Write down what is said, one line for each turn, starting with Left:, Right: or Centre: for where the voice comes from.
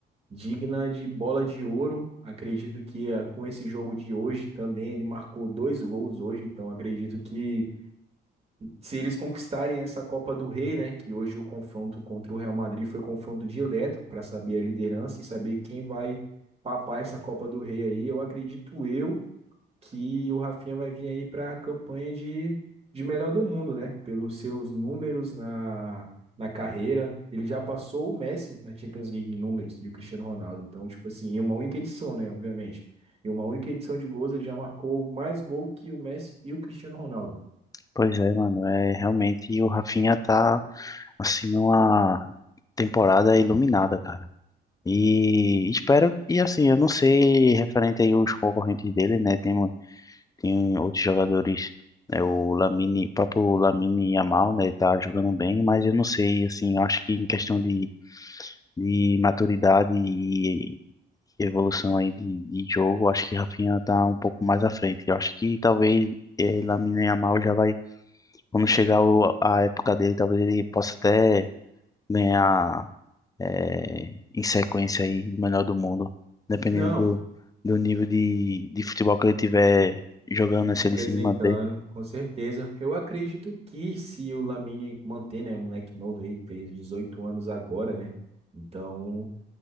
Right: digna de bola de ouro. Acredito que eh, com esse jogo de hoje também ele marcou dois gols hoje, então acredito que se eles conquistarem essa Copa do Rei, né, que hoje o confronto contra o Real Madrid foi confronto direto para saber a liderança e saber quem vai papar essa Copa do Rei aí, eu acredito eu que o Rafinha vai vir aí para a campanha de, de melhor do mundo, né? Pelos seus números na, na carreira. Ele já passou o Messi na Champions League em números e o Cristiano Ronaldo. Então, tipo assim, em uma única edição, né? Obviamente. Em uma única edição de gols, ele já marcou mais gol que o Messi e o Cristiano Ronaldo.
Left: Pois é, mano, é realmente o Rafinha tá assim numa temporada iluminada, cara. E espero e assim, eu não sei referente aí os concorrentes dele, né? Tem, tem outros jogadores, né? O Lamine, próprio Lamine Yamal, né, tá jogando bem, mas eu não sei assim, eu acho que em questão de de maturidade e evolução aí de, de jogo, acho que Rafinha tá um pouco mais à frente. Eu acho que talvez eh, Lamine Yamal já vai, quando chegar o- a época dele, talvez ele possa até ganhar eh, em sequência aí o melhor do mundo, dependendo
Right: Não.
Left: do, do nível de, de futebol que ele tiver jogando, né, se
Right: Apresentando,
Left: ele se manter.
Right: com certeza. Eu acredito que se o Lamine manter, né, moleque novo aí, fez 18 anos agora, né? Então,